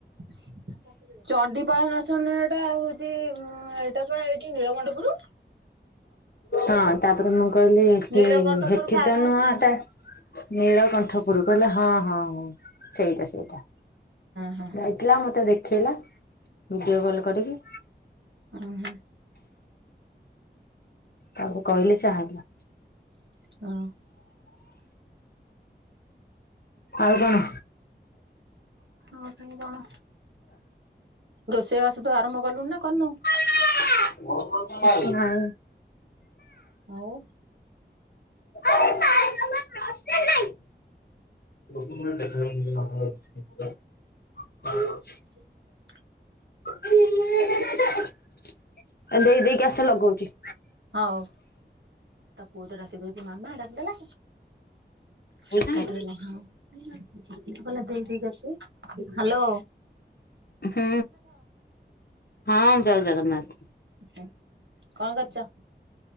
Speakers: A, on the right (about 80°); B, on the left (about 60°).
A: କ <inaudible> ଚଣ୍ଡିପାଳ ନର୍ସରୀ ନୁହେଁ ଏଟା ହଉଛି ଏଇଟା ପା ଏଇଠି ନୀଳକଣ୍ଠ ପୁର।
B: ହଁ ତାପରେ ମୁଁ କହିଲି ଏଠି,
A: ନୀଳକଣ୍ଠପୁର
B: ଏଠିତ
A: ଫାର୍ମ ହାଉସ
B: ନୁହଁ
A: ନା
B: ଏଟା।
A: ହଁ
B: ନୀଳକଣ୍ଠପୁର କହିଲେ ହଁ, ହଁ, ହଁ ସେଇଟା, ସେଇଟା।
A: ହଁ
B: ଦେଖିଲା ମତେ ଦେଖେଇଲା ଭିଡିଓ କଲ କରିକି।
A: ଉଁ ହୁଁ।
B: ତାକୁ କହିଲେ ସେ ଆଣିଲା।
A: ହଁ।
B: ଆଉ କଣ?
A: ଆଉ ପୁଣି କଣ, ରୋଷେଇବାସ ତୁ ଆରମ୍ଭ କଲୁଣି ନା କରିନୁ।
B: ନାଇଁ।
A: ଆଉ
B: ଏବେ ପା ଆଇଥିଲ, ହଷ୍ଟେଲ ନାହିଁ ପ୍ରଥମ ରୁ କେତେ ଜଣ ପିଲେ କାମକୁ ଯାଉଛନ୍ତି, କହିବ।
A: ତିନିଶହ
B: ଆରେ ଦେଇ ଦେଇକି ଆସେ ଲଗଉଚି।
A: ହଉ, ତା ପୁଅତ ଡାକିଦଉଛି ମାମା ଡାକିଦେଲା। ଭଲ
B: ହ୍ୟାଲୋ
A: କାମ ଦେଲା ହଁ, କହିଲା ଦେଇଦେଇ କି ଆସିବୁ। ହାଲୋ,
B: ହୁଁ, ହଁ ଜୟ ଜଗନ୍ନାଥ।
A: ହୁଁ କଣ କରୁଚ?